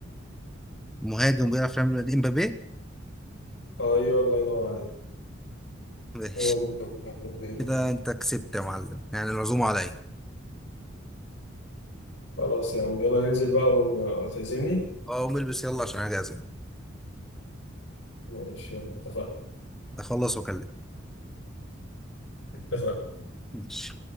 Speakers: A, in the centre; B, on the left.
A: مهاجم بيلعب في ريال مدريد امبابي
B: ايوه الله ينور عليك
A: ماشي
B: هو مدريد.
A: كده انت كسبت يا معلم يعني العزومه عليا
B: خلاص يا عم يلا ننزل بقى وتعزمني
A: اه قوم البس يلا عشان انا جاهز
B: ماشي يلا اتفقنا
A: بخلص واكلمك
B: اتفقنا
A: ماشي.